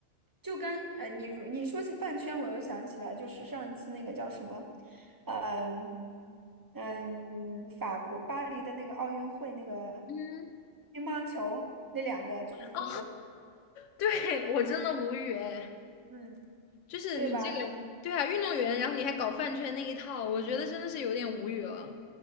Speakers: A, on the right; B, on the left.
A: 就跟呃，你如你说起饭圈，我又想起来，就是上一次那个叫什么，嗯嗯，法国巴黎的那个奥运会那个
B: 嗯
A: 乒乓球，那两个就是中国的
B: 哦，对，我真的无语哎，
A: 嗯，
B: 就是你这个，
A: 对吧？
B: 对啊，运动员，然后你还搞饭圈那一套，我觉得真的是有点无语了。